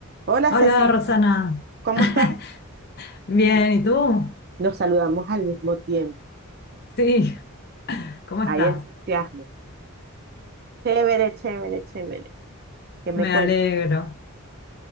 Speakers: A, on the right; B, on the left.
A: Hola
B: Hola,
A: Cecilia,
B: Rosana.
A: ¿cómo
B: <laughs>
A: estás?
B: Bien, ¿y tú?
A: Nos saludamos al mismo tiempo.
B: Sí, ¿cómo estás?
A: Hay entusiasmo. Chévere, chévere, chévere. ¿Qué me
B: Me
A: cuentas?
B: alegro.